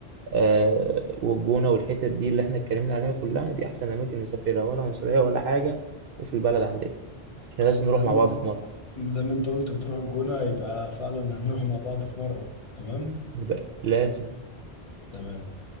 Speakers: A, on the right; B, on the left.
A: آه، والجونة والحتت دي اللي احنا اتكلمنا عليها كلها دي أحسن أماكن نسافرها ولا عنصرية ولا حاجة وفي البلد عندنا احنا
B: بس
A: لازم
B: ما
A: نروح
B: دام
A: مع بعض في مرة
B: ما دام انت قلت بتروح الجونة يبقى فعلا هنروح مع بعض في مرة تمام
A: يبقى لازم
B: تمام